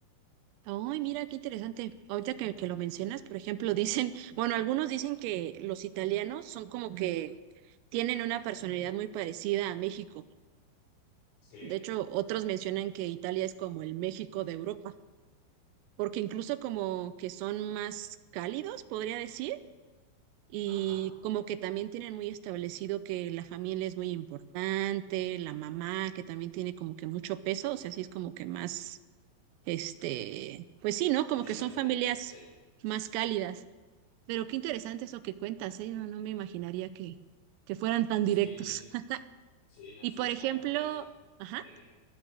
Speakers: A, on the right; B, on the left.
A: Ay, mira, qué interesante. Ahorita que, que lo mencionas, por ejemplo, dicen, <laughs> bueno, algunos dicen que los italianos son como que tienen una personalidad muy parecida a México.
B: ¿Sí?
A: De hecho, otros mencionan que Italia es como el México de Europa, porque incluso como que son más cálidos, podría decir, y
B: Ajá,
A: como que también tienen muy establecido que la familia es muy importante, la mamá que también tiene como que mucho peso, o sea, sí es como que más Este, pues sí, ¿no? Como
B: es
A: que
B: la
A: son familias
B: primera, sí.
A: más cálidas. Pero qué interesante eso que cuentas, ¿eh? No, no me imaginaría que, que fueran tan
B: Sí,
A: directos. <laughs>
B: sí, no,
A: Y
B: sí,
A: por ejemplo,
B: ah, por eso,
A: ajá,
B: dime.